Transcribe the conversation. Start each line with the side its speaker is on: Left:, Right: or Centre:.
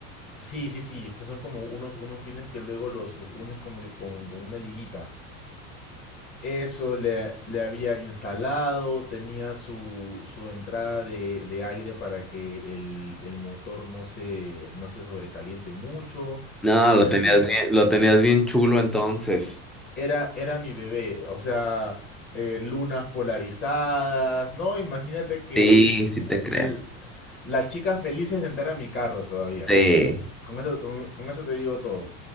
Left: Sí, sí, sí, es que son como unos, unos pines que luego los, los unes como que con, con una liguita. Eso le, le había instalado, tenía su, su entrada de, de aire para que el, el motor no se, no se sobrecaliente mucho.
Centre: No, lo
Left: En
Centre: tenías
Left: fin,
Centre: bien, lo tenías bien chulo entonces.
Left: era, era mi bebé. O sea, eh, lunas polarizadas, ¿no? Imagínate que
Centre: Sí, sí te creo.
Left: l- las chicas felices de entrar a mi carro todavía.
Centre: Sí,
Left: Con eso, con, con eso te digo todo.